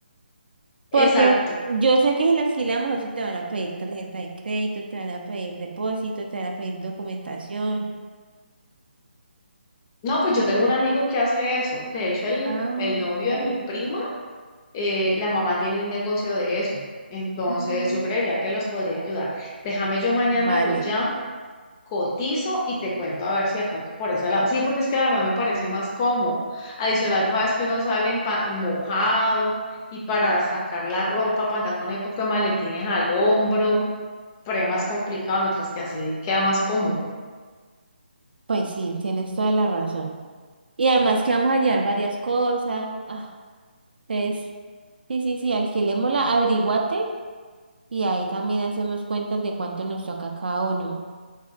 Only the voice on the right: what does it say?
Porque yo sé que si la alquilamos, eso te van a pedir tarjeta de crédito, te van a pedir depósito, te van a pedir documentación.
Ah,
ok.
Mm,
Vale,
pues sí, tienes toda la razón. Y además que vamos a llevar varias cosas. Ah, entonces, sí, sí, sí, alquilémosla, averiguate y ahí también hacemos cuentas de cuánto nos toca cada uno.